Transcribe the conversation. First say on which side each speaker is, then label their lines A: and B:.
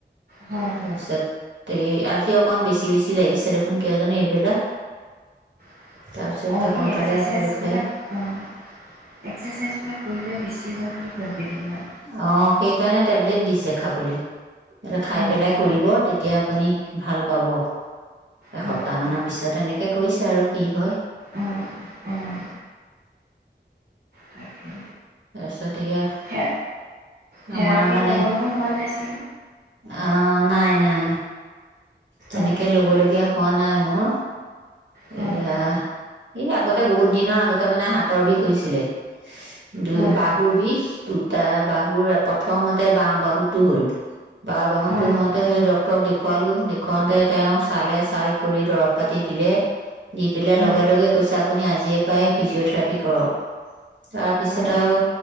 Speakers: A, on the right (about 55°); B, on the right (about 75°).
A: হয় হয়
B: তাৰপিছত। তে আজি অকন বেছি বেছি লাগিছে দেখোন কিয় জানো এইবেলা।
A: অ'
B: তাৰপিছত এতিয়া
A: এই
B: সোনকালে
A: এক্সাৰচাইজবিলাক
B: বোলো খাই
A: উম এক্সাৰচাইজবিলাক কৰিলে বেছি হয় বুলি কয় কেইদিনমান
B: অ' সেইকাৰণে টেবলেট দিছে খাবলে। এতিয়া খাই
A: অঁ
B: পেলাই
A: অঁ
B: কৰিব তেতিয়া আপুনি ভাল পাব এসপ্তাহ
A: হয় হয়
B: মানৰ পিছত এনেকে কৈছে আৰু কি হয়?
A: অঁ অঁ তাকে
B: তাৰপিছত এয়া।
A: থে থেৰাপি
B: আমাৰ মানে
A: ল'ব লগা হোৱা নাই ছা
B: অ' নাই নাই। তেনেকে
A: অঁ অঁ
B: ল'ব লগগীয়া হোৱা নাই। মোৰ।
A: হয়
B: এয়া
A: হয়
B: এই আগতে বহুত দিনৰ আগতে মানে হাতৰ বিষ হৈছিলে। দু
A: হয়
B: -বাহুৰ বিষ। দুটা বাহুৰ প্ৰথমতে বাওঁ বাহুটো হল। বাওঁ বাহুটো
A: হয়
B: হওঁতে সেই ডক্তৰক দেখুৱালোঁ‌। দেখুৱাওঁতে তেওঁ চালে চাই কৰি দৰব পাতি দিলে। দি পেলাই
A: হয়
B: লগে লগে কৈছে। আপুনি আজিৰে পৰায়ে ফিজি'অথেৰাপি কৰক। তাৰপিছত
A: হয়
B: আৰু